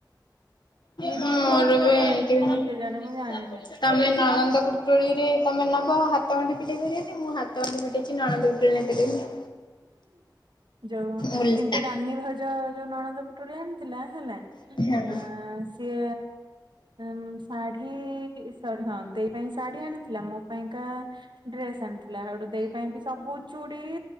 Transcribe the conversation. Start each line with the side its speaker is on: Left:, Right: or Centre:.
Right: ନିତୁ
Left: ମୋର ବି
Right: କାହାର
Left: ଏମିତି
Right: ଫିଟେଇଛି କେଜାଣି ମୁଁ ଜାଣିନି।
Left: ତମେ ନଳନ୍ଦ ପୁଟ୍ରଳି ରେ ତମେ ନବ ହାତ ଗଣ୍ଠି ଫିଟେଇ ପାରିବନି ମୁଁ ହାତ ଗଣ୍ଠି ଫିଟେଇଛି ନଣନ୍ଦ ଇ <inaudible>
Right: ଯୋଉ
Left: ଓଲଟା।
Right: କିନ୍ତୁ ରାନୀ ଭାଉଜ ଯୋଉ ନଣନ୍ଦ ପୁଟୁଳି ଆଣିଥିଲା ହେଲା।
Left: ଆମର
Right: ହଁ ସିଏ ଅ ନ ଶାଢୀ ଶାଢ଼ୀ ହଁ ଦେଇ ପାଇଁ ଶାଢ଼ୀ ଆଣିଥିଲା ମୋ ପାଇଁକା ଡ୍ରେସ ଆଣିଥିଲା ହେଇଠୁ ଦେଇ ପାଇଁ ବି ସବୁ ଚୁଡି